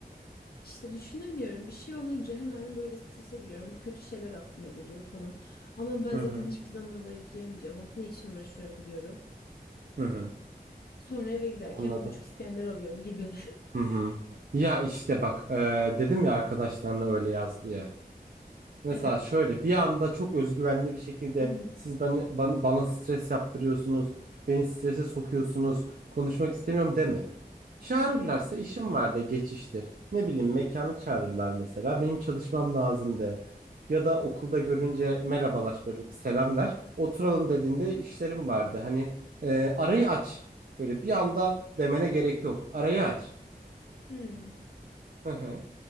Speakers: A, on the left; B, on the right.
A: İşte düşünemiyorum. Bir şey olunca hemen böyle strese giriyorum. Bu kötü şeyler aklıma geliyor falan. Ama ben
B: Hı
A: zaten
B: hı.
A: hiçbir zaman zayıflayamayacağım. Of ne için uğraşıyorum diyorum.
B: Hı hı.
A: Sonra eve giderken
B: Anladım.
A: bir buçuk İskender alıyorum gibi.
B: Hı hı. Ya işte bak, e, dedim ya arkadaşlarına öyle yaz diye. Mesela
A: Evet.
B: şöyle bir anda çok özgüvenli bir şekilde
A: Hmm.
B: siz bana, bana, bana stres yaptırıyorsunuz, beni strese sokuyorsunuz, konuşmak istemiyorum deme. Çağırırlarsa
A: Hı hı.
B: işim var de geçiştir. Ne bileyim mekanı çağırırlar mesela benim çalışmam lazım de. Ya da okulda görünce merhabalaş böyle bir selam ver. Oturalım dediğinde işlerim vardı. Hani e, arayı aç. Böyle bir anda demene gerek yok. Arayı aç.
A: Hmm.
B: Hı hı.